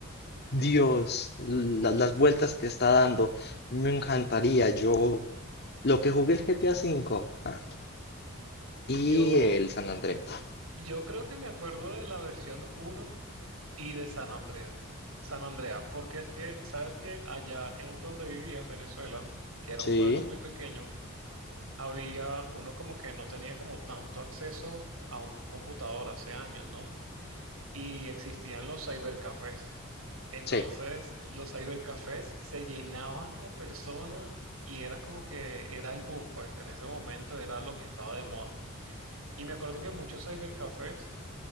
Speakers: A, on the left; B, on the right.
A: Dios, la- las vueltas que está dando, me encantaría. Yo, lo que jugué el GTA V ah, y
B: Yo,
A: el San Andrés.
B: Yo creo que me acuerdo de la versión uno y de San Andrea. San Andrea, porque es que, sabes que allá en donde vivía en Venezuela, que era un
A: Sí,
B: pueblo muy pequeño, había uno como que no tenía como tanto acceso a un computador hace años, ¿no? Y existían los cybercafés. Entonces,
A: sí.
B: los cybercafés se llenaban de personas y era como que era el boom, pues en ese momento era lo que estaba de moda. Y me acuerdo que muchos cybercafés